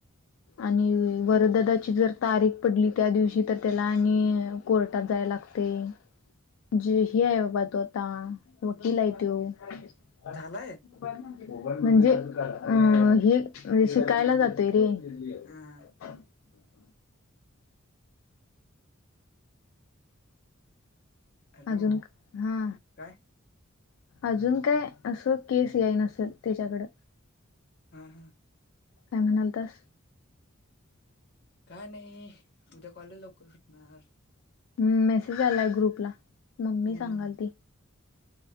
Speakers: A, on the left; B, on the left.
A: आणि वरददाची जर तारीख पडली त्या दिवशी तर त्याला आणि कोर्टात जायला लागते जे हे आहे बाबा तो आता वकील आहे तो अ
B: झालाय
A: म्हणजे अं हे म्हणजे शिकायला जातोय रे <inaudible>
B: हा हा हॅलो
A: अजून हा
B: काय
A: अजून काय असं केस याय नसेल त्याच्याकडं
B: हम् हम्
A: काय म्हणाल तस
B: काय नाही उद्या कॉलेज लवकर सुटणार
A: हम् मेसेज आलाय ग्रुपला मम्मी
B: हम्म
A: सांगाल ती